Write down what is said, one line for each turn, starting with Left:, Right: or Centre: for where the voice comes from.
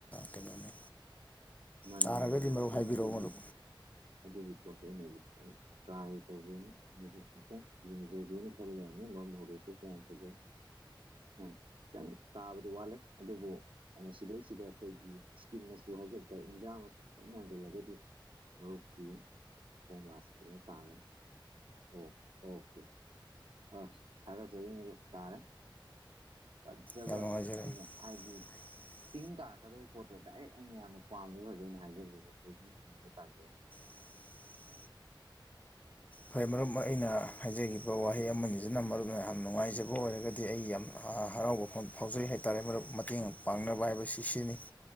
Left: ꯀꯩꯅꯣꯅꯤ
Right: ꯃꯥꯅꯤ
Left: ꯇꯥꯔꯒꯗꯤ
Right: ꯃꯥꯅꯦ
Left: ꯃꯔꯨꯞ
Right: ꯑꯗꯨ
Left: ꯍꯥꯏꯕꯤꯔꯛꯑꯣ
Right: ꯑꯗꯨꯒꯤ
Left: ꯃꯔꯨꯞ
Right: ꯑꯗꯨꯒꯤ ꯄꯣꯠꯇꯣ ꯃꯣꯏꯒꯤ ꯇ꯭ꯔꯥꯏ ꯇꯧꯕꯒꯅꯤ ꯇꯪ ꯌꯦꯡꯖꯒꯦꯅ ꯈꯜ ꯌꯥꯅꯤ ꯂꯣ ꯅ ꯍꯧꯔꯦꯁꯨ ꯀ ꯌꯥꯝ ꯐꯖꯩ ꯍ ꯈꯤꯇꯪ ꯇꯥꯕꯗꯤ ꯋꯥꯠꯂꯦ ꯑꯗꯨꯕꯨ ꯃꯁꯤ ꯁꯤꯗꯩꯁꯤꯗ ꯑꯩꯈꯣꯏꯒꯤ ꯏꯁꯀꯤꯝ ꯃꯁꯨ ꯍꯥꯏꯖꯒꯦ ꯑ ꯏꯟꯖꯥꯡ ꯑꯃꯁꯁꯨ ꯈꯤꯇ ꯌꯥꯟꯁꯤꯜꯂꯒꯗꯤ ꯃꯔꯨꯞꯇꯤ ꯍ ꯃꯥꯁꯤꯅ ꯇꯥꯉꯔ ꯑꯣ ꯑꯣꯀꯦ ꯑ ꯊꯔꯁꯗꯤ ꯇꯥꯔꯦ ꯄꯝꯖꯕ
Left: ꯌꯥꯝ ꯅꯨꯡꯉꯥꯏꯖꯔꯦ
Right: ꯑꯩꯅ ꯍꯥꯏꯗꯤ
Left: <unintelligible>
Right: ꯇꯤꯡ ꯇꯥꯔꯛꯀꯗꯕ ꯄꯣꯠꯇꯣ ꯗꯥꯏꯔꯦꯛ ꯑꯩꯅ ꯌꯥꯝꯅ ꯄꯥꯝꯖ ꯐꯖꯩꯅ ꯍꯥꯏꯖꯕ
Left: <unintelligible> ꯐꯣꯏ ꯃꯔꯨꯞ ꯑꯩꯅ ꯍꯥꯏꯖꯒꯤꯕ ꯋꯥꯍꯩ ꯑꯃꯅꯤꯗꯨꯅ ꯃꯔꯨꯞ ꯌꯥꯝ ꯅꯨꯡꯉꯥꯏꯖꯕ ꯑꯣꯏꯔꯒꯗꯤ ꯑꯩ ꯌꯥꯝ ꯍꯔꯥꯎꯕ ꯐꯥꯎꯖꯩ ꯍꯥꯏꯇꯥꯔꯦꯨꯞ ꯃꯇꯦꯡ ꯄꯥꯡꯅꯕ ꯍꯥꯏꯕꯁꯤ ꯁꯤꯅꯤ